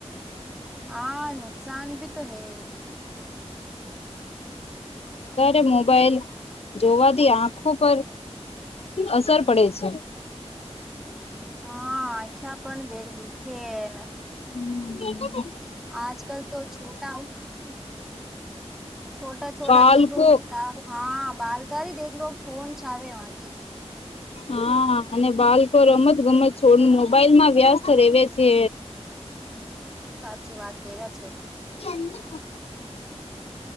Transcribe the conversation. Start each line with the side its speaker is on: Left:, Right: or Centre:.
Centre: હા નુકસાન ભી તો હે
Left: અરે મોબાઈલ જોવાથી આંખો પર અસર પડે છે.
Centre: હા આખાયા પણ દેખ દુઃખેને
Left: હમ
Centre: આજ કલ તો છોટા હ. છોટા છોટા
Left: બાલકો
Centre: દેવ હા બાલકી દેખલો લો ફોન છાવે વાંકી.
Left: હા, અને બાળકો રમત ગમત છોડને મોબાઈલમાં વ્યાસ્ત રેવે છે.
Centre: સાચી વાત કે જ છે
Left: <unintelligible>